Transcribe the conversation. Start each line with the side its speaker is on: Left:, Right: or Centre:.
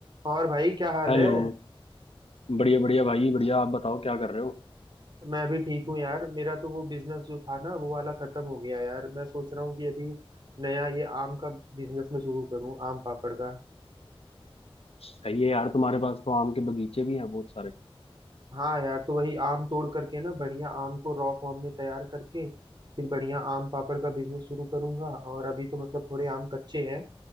Right: और भाई क्या हाल
Left: Hello
Right: है
Left: बढ़िया बढ़िया भाई बढ़िया आप बताओ क्या कर रहे हो
Right: मैं भी ठीक हूँ यार मेरा तो वो बिजनेस जो था ना वो वाला खत्म हो गया यार मैं सोच रहा हूँ कि अभी नया ये आम का बिजनेस में शुरू करूँ आम पापड़ का
Left: सही है यार तुम्हारे पास तो आम के बगीचे भी हैं बहुत सारे
Right: हाँ यार तो वही आम तोड़ करके ना बढ़िया आम को रॉ फॉर्म में तैयार करके फिर बढ़िया आम पापड़ का बिजनेस शुरू करूंगा और अभी तो मतलब थोड़े आम कच्चे हैं